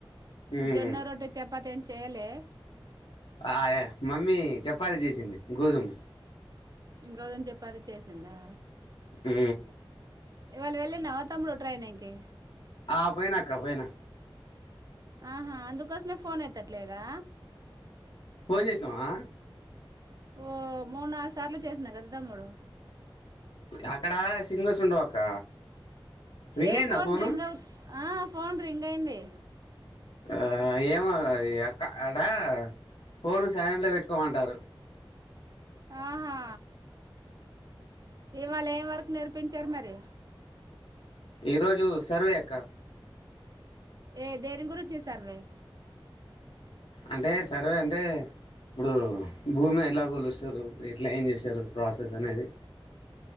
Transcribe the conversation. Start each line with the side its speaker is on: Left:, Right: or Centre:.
Left: మ్మ్
Right: జొన్న రోట్ట చెప్ చపాతీ ఏం చేయలే
Left: ఆయ మమ్మీ చపాతి చేసింది గోధుమ
Right: గోధుమ చపాతీ చేసిందా
Left: ఉ
Right: ఇవాళ వెళ్ళినవా తమ్ముడు ట్రైనింగ్ కి
Left: ఆ పోయినాక్క పోయినా
Right: ఆహా అందుకోసమే ఫోన్ ఎత్తట్లేదా
Left: పోన్ చేసినవా
Right: ఓ మూడు నాలుగు సార్లు చేసినా కదా తమ్ముడు
Left: గా అక్కడ సిగ్నల్స్ ఉండవు అక్క రింగ్
Right: ఏ
Left: అయిందా
Right: ఫోన్
Left: ఫోను
Right: రింగ్ అవు ఆ పోన్ రింగ్ అయింది
Left: ఆ ఏమో అది అక్క అడా ఫోన్ సైలెంట్ల పెట్టుకోమంటారు
Right: ఆహా ఇవాళ ఏం వర్క్ నేర్పించారు మరి
Left: ఈ రోజు సర్వే అక్క
Right: ఏ దేని గురించి సర్వే
Left: అంటే సర్వే అంటే ఇప్పుడు భూమి ఎలా కొలుస్తారు ఎట్లా ఏం చేస్తారు ప్రాసెస్ అనేది